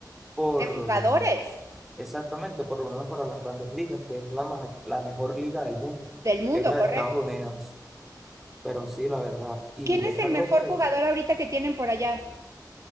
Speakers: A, in the centre; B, on the right (about 45°).
A: por,
B: de jugadores
A: Exactamente, por lo menos para las grandes ligas, que es la, ma- la mejor liga del mundo,
B: del mundo,
A: que es la
B: ¿correcto?
A: de Estados Unidos. Pero sí, la verdad, y
B: ¿Quién
A: es
B: es el
A: algo
B: mejor
A: que,
B: jugador ahorita que tienen por allá?